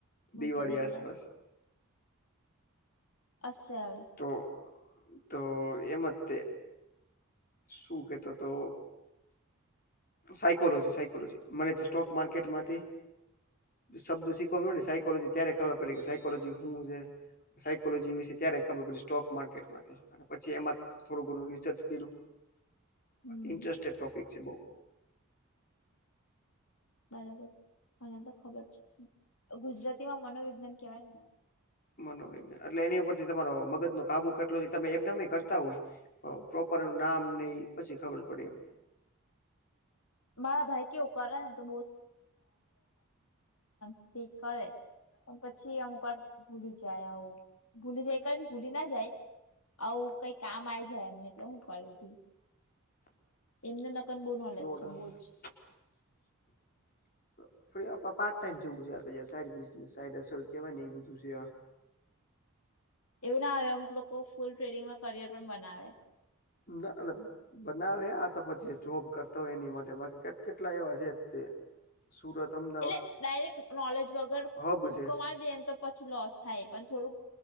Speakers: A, on the left; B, on the left.
A: મને
B: દિવાળી
A: તો નહી
B: આસપાસ
A: યાદ <unintelligible>
B: તો તો એમ તે શું કેતો તો સાયકોલોજી સાયકોલોજી મને જે સ્ટોક માર્કેટમાંથી શબ્દ શીખવા મળ્યો ને સાયકોલોજી ત્યારે ખબર પડી કે સાયકોલોજી શું હે સાયકોલોજી વિશે ત્યારે ખબર પડી સ્ટોક માર્કેટમાં જઈ ન પછી એમાં થોડું ઘણું રિસર્ચ કર્યું
A: હમ
B: ઇન્ટરેસ્ટેડ ટોપિક છે બોવ
A: બરાબર મને તો ખબર છે ગુજરાતીમાં મનોવિજ્ઞાન કેવાય ને
B: મનોવિજ્ઞ એટલે એની ઉપરથી તમારો મગજનો કાબુ કેટલો તમે એમ ને એમ કરતા હોય પ્રોપર એનું નામ ઈ પછી ખબર પડે એમ
A: મારા ભાઈ કેવું કરે ને તો <unintelligible> કરે પછી અમુક વાર ભૂલી જાય આવ ભૂલી જાય કારણ ભૂલી ના જાય આવું કઈ કામ આઈ જાય એમને એટલે હું કર્યું એમને કન બહુ નોલેજ
B: <inaudible> આપડે
A: છે બહુ જ
B: આ પાર્ટ ટાઈમ જવું સાઈ બઝને સાઈ અસલ ને એ બધું છે
A: એવું ના હોય અમુક લોકો ફૂલ ટ્રેડિંગમાં કરિયર પણ બનાવે
B: ના અલગ બનાવે આ તો પછી જે જોબ કરતો હોય એની માટે બાકી કેટ કેટલા એવા છે તે સુરતમ
A: એટલે ડાયરેક્ટ નોલેજ વગર
B: હબ
A: કુટકો
B: છે
A: મારી દઈએ તો પછી લોસ થાય પણ થોડુંક